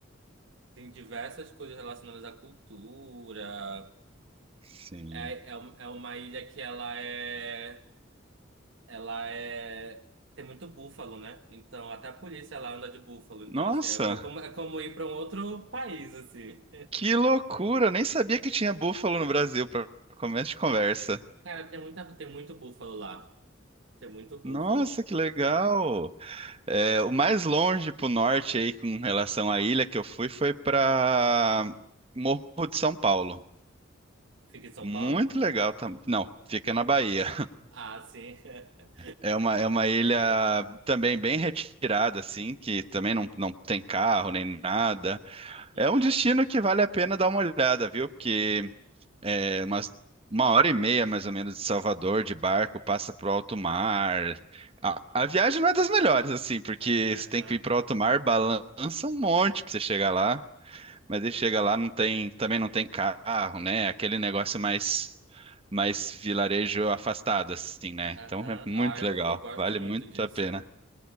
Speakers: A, on the right; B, on the right.
A: Tem diversas coisas relacionadas à cultura.
B: sim.
A: É, é, um- é uma ilha que ela é. Ela é. Tem muito búfalo, né? Então até a polícia lá anda de búfalo. Então,
B: Nossa,
A: assim, é é como, é como ir para um outro país, assim.
B: que loucura! Nem sabia que tinha búfalo no Brasil para começo de conversa.
A: Cara, tem muita, tem muito búfalo lá. Tem muito búfalo.
B: Nossa, que legal! É, o mais longe pro norte aí com relação à ilha que eu fui foi pra Morro de São Paulo.
A: Fica em São
B: Muito
A: Paulo?
B: legal também. Não, fica na Bahia.
A: Ah, sim. <laughs>
B: É uma, é uma ilha também bem retirada, assim, que também não, não tem carro nem nada.
A: Uhum,
B: É um destino que vale a pena dar uma olhada, viu? Porque É umas uma hora e meia, mais ou menos, de Salvador, de barco, passa pro alto mar. A, a viagem não é das melhores, assim, porque
A: aham,
B: você tem que ir pro alto mar, balança um monte pra você chegar lá. Mas aí chega lá, não tem, também não tem carro, né? Aquele negócio mais, mais vilarejo afastado, assim, né?
A: aham.
B: Então é muito
A: Ah, eu,
B: legal,
A: eu gosto
B: vale
A: muito
B: muito
A: disso.
B: a pena.